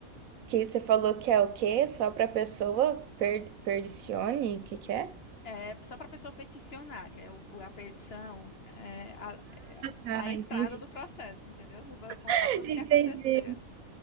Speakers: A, on the right (about 75°); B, on the left (about 50°).
A: Que você falou que é o quê? Só para pessoa per perdicione? O que que é?
B: É só para a pessoa peticionar, que é o, o- a petição, é a, é
A: ah,
B: a entrada
A: entendi.
B: do processo, entendeu? Você vai contar
A: <laughs>
B: tudo
A: Entendi.
B: o que aconteceu.